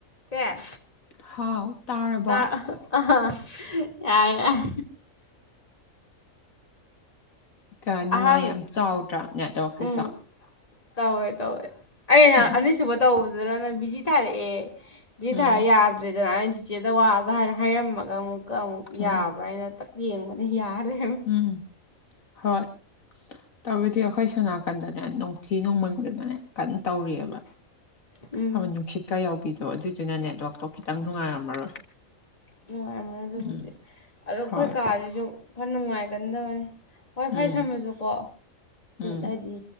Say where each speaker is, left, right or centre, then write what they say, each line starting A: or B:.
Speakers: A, on the left; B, on the left.
A: ꯆꯦ
B: ꯍꯥꯎ ꯇꯥꯔꯕꯣ
A: ꯑ ꯌꯥꯔ
B: ꯀꯅꯤꯡꯉꯥꯏ
A: ꯑꯍꯥꯟ
B: ꯌꯥꯝ ꯆꯥꯎꯗ꯭ꯔꯥ ꯅꯦꯠꯋꯥꯛꯁꯤꯁꯨ
A: ꯎꯝ ꯇꯧꯋꯦ ꯇꯧꯋꯦ ꯑ ꯅ
B: ꯎꯝ
A: ꯑꯅꯤꯁꯨꯕ ꯇꯧꯕꯗꯨꯗꯅ ꯅꯪ ꯕꯤꯖꯤ ꯊꯥꯔꯛꯑꯦ
B: ꯎꯝ
A: ꯊꯥꯔ ꯌꯥꯗ꯭ꯔꯦꯗꯅ ꯑꯩꯅ ꯆꯤꯆꯦꯗ ꯋꯥꯗ ꯍꯥꯏꯔꯝꯃꯒ ꯑꯃꯨꯛꯀ ꯑꯃꯨꯛ
B: ꯎꯝ
A: ꯌꯥꯕ꯭ꯔꯥ ꯑꯩꯅ ꯌꯦꯡꯕꯅꯦ ꯌꯥꯔꯦ
B: ꯎꯝ ꯍꯣꯏ ꯇꯕꯨꯗꯤ ꯑꯩꯈꯣꯏ ꯁꯣꯅꯥꯀꯟꯗꯅꯦ ꯅꯣꯡꯊꯤ ꯅꯣꯡꯃꯟꯗꯅꯅꯦ ꯀꯟꯅ ꯇꯧꯔꯤꯑꯕ
A: ꯎꯝ
B: ꯍ ꯅꯨꯡꯁꯤꯠꯀ ꯌꯥꯎꯕꯤꯗꯣ ꯑꯗꯨꯏꯗꯨꯅ ꯅꯦꯠꯋꯥꯛꯇꯣ ꯈꯤꯇꯪ ꯅꯨꯡꯉꯥꯏꯔꯝꯃꯔꯣꯏ
A: ꯅꯨꯡꯉꯥꯏꯔꯕ ꯑꯗꯨꯕꯨꯗꯤ
B: ꯎꯝ
A: ꯑꯗꯣ ꯑꯩꯈꯣꯏ
B: ꯍꯣꯏ
A: ꯀꯥꯁꯤꯁꯨ ꯈꯔ ꯅꯨꯡꯉꯥꯏꯒꯟꯗꯕꯅꯤ ꯍꯣꯏ
B: ꯎꯝ
A: ꯐꯣꯏ ꯁꯝꯃꯁꯨꯀꯣ
B: ꯎꯝ
A: ꯍꯥꯏꯗꯤ